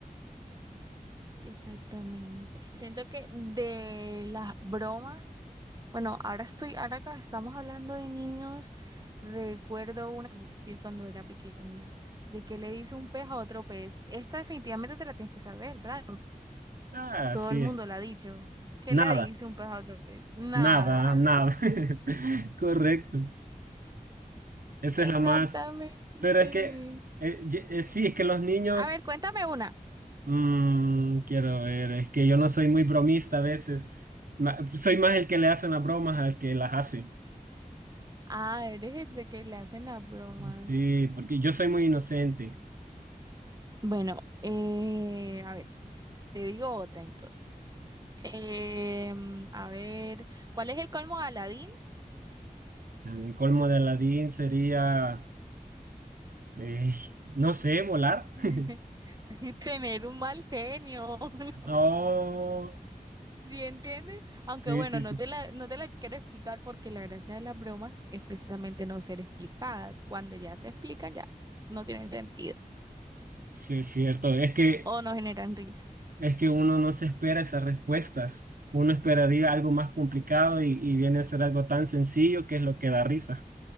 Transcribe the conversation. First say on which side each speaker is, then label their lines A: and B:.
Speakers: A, on the right (about 25°); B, on the right (about 75°).
A: exactamente. Siento que de las bromas, bueno, ahora estoy, ahora acá estamos hablando de niños, recuerdo una que decir cuando era pequeña, de que le dice un pez a otro pez. Esta definitivamente te la tienes que saber, ¿verdad?
B: Ah,
A: Todo
B: así
A: el mundo
B: es.
A: la ha dicho. ¿Qué
B: Nada,
A: le dice un pez a otro pez? Nada.
B: nada, nada. <laughs> Correcto. Esa
A: Exactamente.
B: es la más... Pero es que, eh, ye- eh, sí, es que los niños,
A: A ver, cuéntame una.
B: mm, quiero ver, es que yo no soy muy bromista a veces. Ma- soy más el que le hacen las bromas al que las hace.
A: Ah, eres el de que le hacen las bromas.
B: Sí, porque yo soy muy inocente.
A: Bueno, eh, a ver, te digo otra entonces. Em, a ver, ¿cuál es el colmo de Aladín?
B: El colmo de Aladín sería, eh, no sé, volar.
A: <laughs>
B: <laughs>
A: Tener un mal genio, <laughs>
B: Oh,
A: ¿sí entiendes? Aunque
B: sí,
A: bueno,
B: sí,
A: no
B: sí,
A: te la, no te la quiero explicar porque la gracia de las bromas es precisamente no ser explicadas. Cuando ya se explican, ya no tienen sentido
B: sí, es cierto. Es que,
A: o no generan risa.
B: es que uno no se espera esas respuestas. Uno esperaría algo más complicado y, y viene a ser algo tan sencillo que es lo que da risa.